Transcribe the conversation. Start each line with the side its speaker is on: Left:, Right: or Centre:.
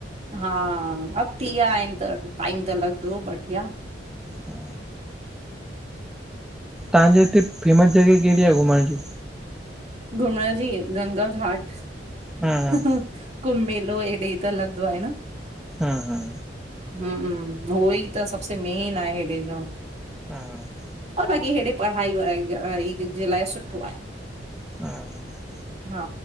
Right: हा अॻिती विया आहिनि त टाइम त लॻदो बढिया।
Centre: हा तव्हांजे हिते फेमस जॻहि कहिड़ी आहे घुमण जी?
Right: घुमण जी गंगा घाट
Centre: हम्म
Right: ह हुं! कुंभ मेलो हेॾे ई त लॻदो आहे न!
Centre: हा हा
Right: हुं हूं ऊहो ई त सबसे मेन आहे हेॾे जो।
Centre: हुं!
Right: असां खे हेॾे पढ़ाई व़ाई <unintelligible> जे लाइ सुठो आहे।
Centre: हुं।
Right: हा!